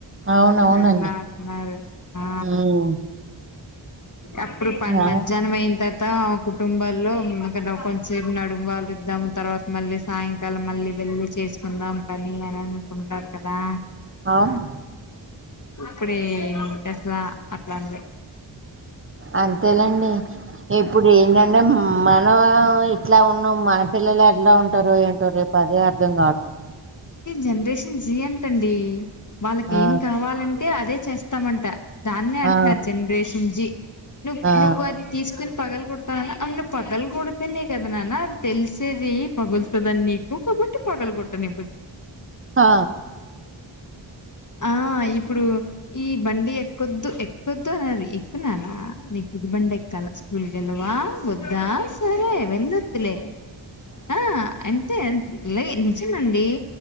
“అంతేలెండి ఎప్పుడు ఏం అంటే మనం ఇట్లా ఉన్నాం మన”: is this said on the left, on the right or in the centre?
Right